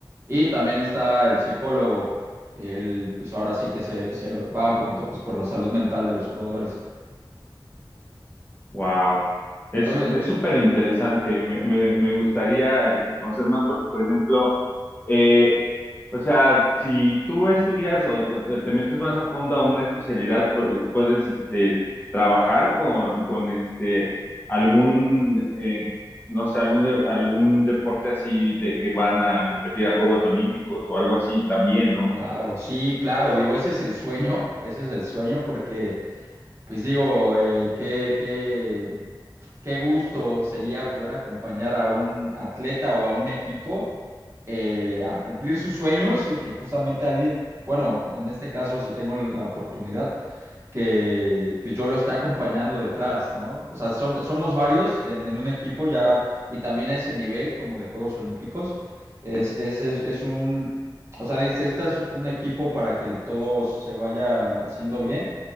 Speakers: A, on the right; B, on the left.
A: Y también está el psicólogo, él, pues ahora sí que se, se va un poquito, pues, por la salud mental de los jugadores.
B: Wow.
A: Entonces,
B: Es, es súper interesante. Me, me, me gustaría este, conocer más porque, por ejemplo, eh, O sea, si tú estudias o, o te te metes más a fondo a una especialidad, pu- puedes este, trabajar con, con este, algún, eh, no sé, algún, de- algún deporte así de que van a competir a Juegos Olímpicos o algo así también, ¿no?
A: Claro, sí, claro, digo, ese es el sueño, ese es el sueño porque, pues digo, eh, que, Qué gusto sería poder acompañar a un atleta o a un equipo eh, a cumplir sus sueños y que justamente alguien, bueno, en este caso si tengo la oportunidad, que pues, yo lo esté acompañando detrás, ¿no? O sea, som- somos varios en, en un equipo ya y también ese nivel como de Juegos Olímpicos es, es, es, es un, o sea, necesitas un equipo para que todo se vaya haciendo bien,